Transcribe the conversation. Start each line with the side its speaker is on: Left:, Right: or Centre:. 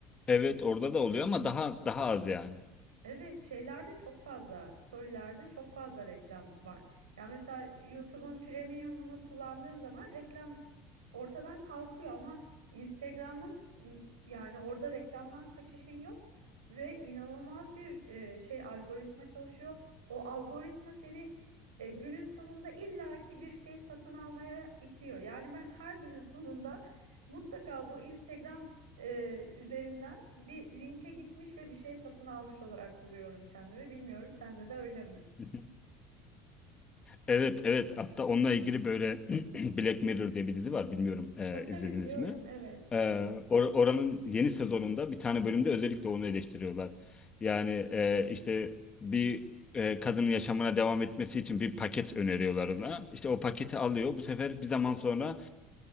Left: Evet orada da oluyor ama daha daha az yani.
Right: Evet, şeylerde çok fazla, storylerde çok fazla reklam var. Ya mesela YouTube'un premiumunu kullandığın zaman reklam ortadan kalkıyor ama Instagram'ın m, yani orada reklamdan kaçışın yok ve inanılmaz bir e, şey algoritma çalışıyor. O algoritma seni e, günün sonunda illaki bir şey satın almaya itiyor. Yani ben her günün sonunda mutlaka bu Instagram e, üzerinden bir linke gitmiş ve bir şey satın almış olarak buluyorum kendimi. Bilmiyorum sende de öyle mi?
Left: <laughs> Evet evet hatta onunla ilgili böyle <clears throat> Black Mirror diye bir dizi var bilmiyorum e,
Right: Tabii tabii
Left: izlediniz
Right: biliyorum
Left: mi?
Right: evet.
Left: E, or- oranın yeni sezonunda bir tane bölümde özellikle onu eleştiriyorlar. Yani e, işte bir e, kadının yaşamına devam etmesi için bir paket öneriyorlar ona. İşte o paketi alıyor bu sefer bir zaman sonra